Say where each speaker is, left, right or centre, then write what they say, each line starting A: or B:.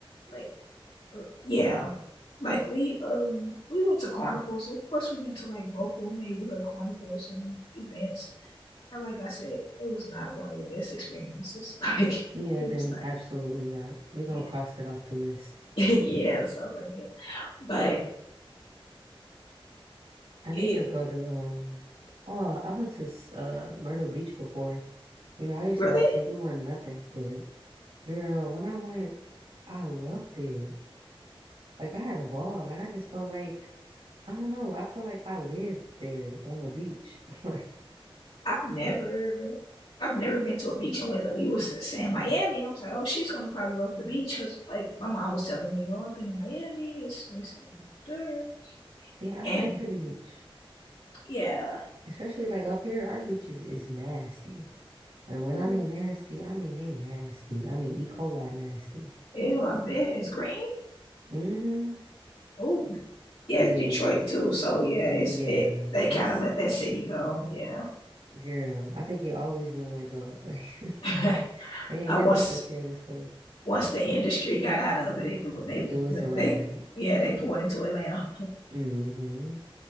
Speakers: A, on the left; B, on the right.
A: like yeah Like we um we went to carnivals. So of course we've been to like local neighborhood carnivals and events. And like I said, it was not one of the best experiences. <laughs> Like
B: Yeah,
A: it
B: then
A: was not.
B: absolutely not. We're gonna
A: Yeah.
B: cross that off the list.
A: <laughs> yeah, so I was like, yeah. But
B: I need
A: it
B: to go to um oh, I went to s- uh Myrtle Beach before. You know, I used
A: really
B: to always think it wasn't nothing, but girl, when I went, I loved it. Like I had a ball. Like I just felt like I don't know, I felt like I lived there on the beach. <laughs> Like,
A: I've never I've never been to a beach, and when you were saying Miami, I was like, "Oh, she's gonna probably love the beach," because like my mom was telling me, "Oh, I've been to Miami, it's this and there,"
B: yeah, I
A: and
B: like the beach.
A: yeah,
B: Especially like up here, our beaches is nasty. And when
A: uh,
B: I mean nasty, I mean they nasty. I mean E. coli nasty.
A: ew, I bet it's green.
B: Mm-hmm.
A: Oh, yeah,
B: Yeah.
A: it's Detroit too. So yeah,
B: Yeah,
A: it's it. They
B: it's
A: kind of let that city go. Yeah.
B: girl. I think it always been let go. <laughs>
A: <laughs>
B: Like they ain't
A: Now
B: never
A: once
B: took care of this place.
A: once the industry got out of it, it was- they
B: It was a ride.
A: they yeah they poured into Atlanta.
B: Mm-hmm.